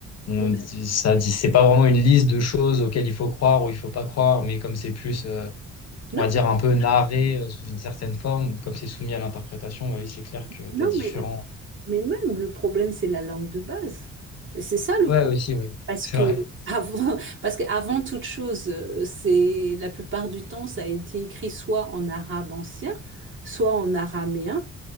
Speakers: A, on the left; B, on the right.
A: on
B: Mais-
A: dit ça dit c'est pas vraiment une liste de choses auxquelles il faut croire ou il faut pas croire, mais comme c'est plus euh, on
B: Non,
A: va dire un peu narré euh, sous une certaine forme, comme c'est soumis à l'interprétation, bah oui, c'est clair que
B: non,
A: t'as différents.
B: mais, mais même le problème, c'est la langue de base. C'est ça le
A: Ouais,
B: problème.
A: ouais, aussi, ouais.
B: Parce
A: C'est
B: que
A: vrai.
B: avant, <laughs> parce qu'avant toute chose, euh, c'est la plupart du temps, ça a été écrit soit en arabe ancien, soit en araméen.